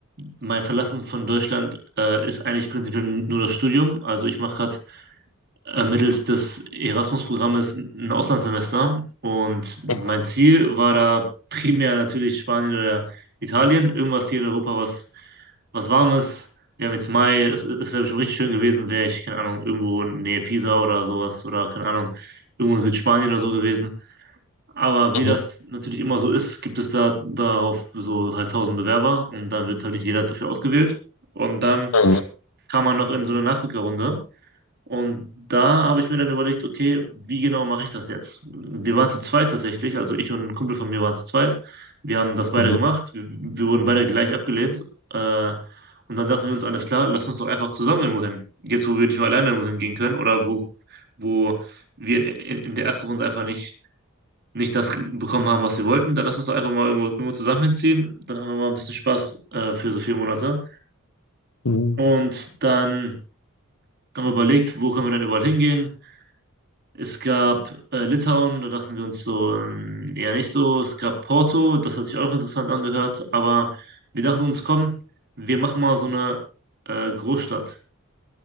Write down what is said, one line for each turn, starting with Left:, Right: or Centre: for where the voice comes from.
Right: mein Verlassen von Deutschland äh, ist eigentlich prinzipiell nur das Studium. Also ich mache gerade äh, mittels des Erasmus-Programmes ein Auslandssemester. Und mein
Left: Mhm.
Right: Ziel war da primär natürlich Spanien oder Italien, irgendwas hier in Europa, was, was warm ist. Wir haben jetzt Mai, es, es wäre bestimmt richtig schön gewesen, wäre ich, keine Ahnung, irgendwo in Nähe Pisa oder sowas oder keine Ahnung, irgendwo in Südspanien oder so gewesen. Aber wie
Left: Mhm.
Right: das natürlich immer so ist, gibt es da darauf so halt tausend Bewerber und dann wird halt nicht jeder dafür ausgewählt. Und dann
Left: Mhm.
Right: kam man noch in so eine Nachrückerrunde und da habe ich mir dann überlegt, okay, wie genau mache ich das jetzt? Wir waren zu zweit tatsächlich, also ich und ein Kumpel von mir waren zu zweit. Wir haben das beide
Left: Mhm.
Right: gemacht. Wir, wir wurden beide gleich abgelehnt. Äh, und dann dachten wir uns, alles klar, lass uns doch einfach zusammen irgendwo hin. Jetzt, wo wir nicht mehr alleine irgendwo hingehen können oder wo, wo wir in, in der ersten Runde einfach nicht, nicht das bekommen haben, was wir wollten, dann lass uns doch einfach mal irgendwo, irgendwo zusammen hinziehen. Dann haben wir mal ein bisschen Spaß äh, für so vier Monate.
Left: Mhm.
Right: Und dann haben wir überlegt, wo können wir denn überall hingehen? Es gab äh, Litauen, da dachten wir uns so, ähm, eher nicht so. Es gab Porto, das hat sich auch interessant angehört, aber wir dachten uns, komm, wir machen mal so eine äh, Großstadt.